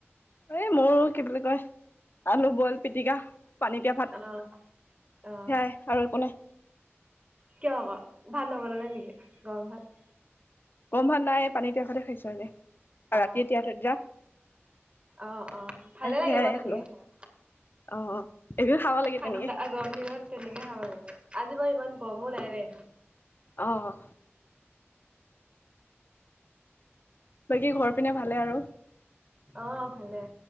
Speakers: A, on the left; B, on the right.
A: এই মইয়ো কি বুলি কয় আলু বইল পিটিকা। পানী তিয়া ভাত
B: অ অ
A: সেয়াই আৰু একো নাই।
B: কিয় আকৌ ভাত নবনালে নেকি গৰম ভাত।
A: গৰম ভাত নাই পানী দিয়া ভাতে খাইছোঁ আজি। আৰু
B: অ'
A: ৰাতি তিয়াই থৈ দিয়া
B: অ' অ' ভালে লাগে
A: সেয়াই
B: বাৰু
A: খালো
B: তেনেকে খাই।
A: অ এইবোৰ খাব লাগে
B: ঠাণ্ডা
A: তেনেকে
B: গৰম দিনত তেনেকে খাব লাগে আজি বাৰু ইমান গৰমো নাই দে।
A: অঁ। বাকী ঘৰ পিনে ভালে আৰু।
B: অ'ভালে?